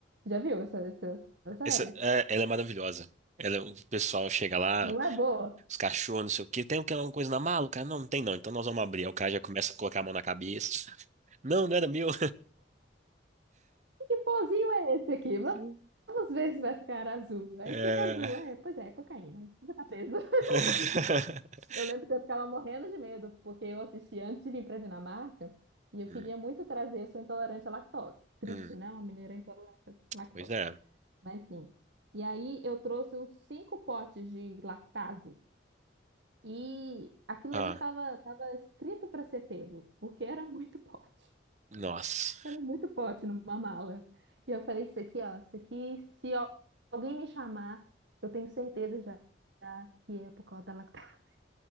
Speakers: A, on the right; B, on the right.
A: Já viu essa, essa, essa série?
B: Essa, é, ela é maravilhosa. Ela, é o pessoal chega lá,
A: Não é boa?
B: os cachorros, não sei o quê. Tem alguma coisa na mala? O cara, não, não tem não. Então nós vamos abrir. Aí O cara já começa a colocar a mão na cabeça. Não, não era meu.
A: Que pozinho é esse aqui? Va-
B: <laughs>
A: Vamos ver se vai ficar azul. Aí
B: É...
A: fica azul. É, pois é, cocaína. Você tá preso. <laughs>
B: <laughs>
A: Eu lembro que eu ficava morrendo de medo, porque eu assisti antes de vir para Dinamarca e eu
B: Hum,
A: queria muito trazer eu sou intolerante à lactose. Triste,
B: hum,
A: né? Uma mineira intolerante à lactose.
B: pois é.
A: Mas sim. E aí eu trouxe uns cinco potes de lactase E aquilo
B: Ah,
A: ali estava tava tava escrito para ser pego, porque era muito pote.
B: nossa.
A: Era muito pote numa mala. E eu falei, isso aqui, ó, isso aqui, se al- alguém me chamar, eu tenho certeza já já que é por causa da lactase. <laughs>